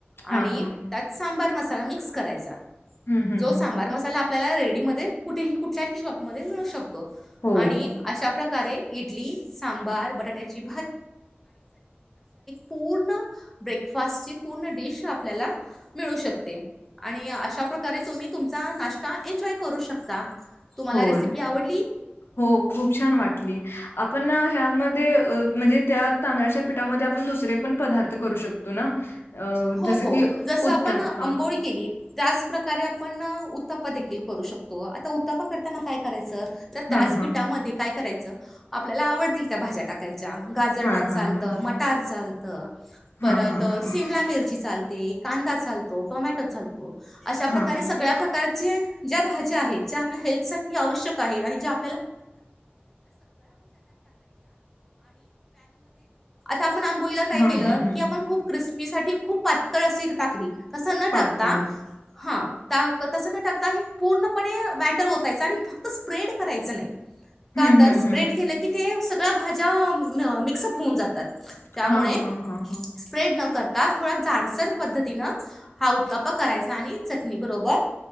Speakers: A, on the left; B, in the centre.
A: हा
B: आणि
A: हा
B: त्यात सांबार मसाला मिक्स करायचा
A: हम्म हम्म
B: जो
A: हम्म
B: सांबार मसाला आपल्याला रेडी म कुठेही कुठल्याही शॉपमध्ये मिळू शकतो
A: हो.
B: आणि अशा त्या प्रकारे इडली सांबार बटाटे च पूर् ब्रेक पण देश आपल्याला मिळू शकते आणि अशा प्रकारे तुम्ही तुमचा नाश्ता एन्जॉय करू शकता तुम्हाला
A: होय.
B: रेसिपी आवडली
A: हो खूप छान वाटली आपण ह्यामध्ये म्हणजे त्या तांदळाच्या पिठामध्ये आपण दुसरे पण पदार्थ करू शकतो ना अ
B: हो
A: जसं
B: हो
A: की
B: जसं
A: उत्ताप्पा.
B: आपण आंबोळी केली त्याच प्रकारे आपण उतापा देखील करू शकतो आता उताफ करताना काय करायचं तर त्याच
A: हां, हां.
B: पीठामध्ये काय करायचं आपल्याला आवडतील त्या भाज्या टाकायच्या गाजर
A: हां,
B: टाक चालत
A: हां, हां.
B: मटार चालत परत
A: हां, हां, हां.
B: शिम मिर चालते कांदा चालतो टोमॅटो चालतो अशा प्रकारे
A: हां.
B: सगळ्या प्रकारचे ज्या भाज्या आहेत ज्या आपल्या हेल्थ साठी आवश्यक आहेत आणि स्या टा आपण आंबोईला काय
A: हां,
B: केलं
A: हं, हं.
B: की आपण खूप क्रिस्पी सा खूप पातळ अशी टाकली तस न
A: पातळ.
B: टाकता हा टा तसं न टाकता हे पूर्णपणे बॅटर होतायच आणि फक्त स्प्रेड करायचं नाही ह का
A: हं,
B: तर
A: हं,
B: स्प्रेड
A: हं.
B: केलं की ते सगळ्या भाज्या मिक्सअप होऊन जातात त्यामुळे
A: हां, हां, हां, हां.
B: स्प्रेड न करता थोडा डसर पद्धतीन हा उताप करायचा आणि चटणी बरोबर